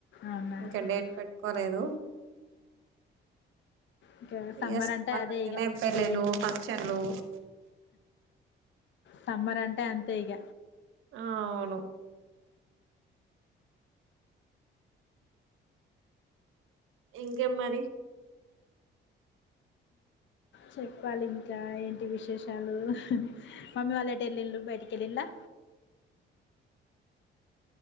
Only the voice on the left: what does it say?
అవునా
ఇంకా సమ్మర్
అంటే
అదే ఇగ
పెళ్ళి
సమ్మర్ అంటే అంతే ఇగ
చెప్పాలి ఇంకా ఏంటి విశేషాలు మమ్మీ వాళ్ళు ఎటు వెళ్లిళ్లు బయటికి వెల్లిల్లా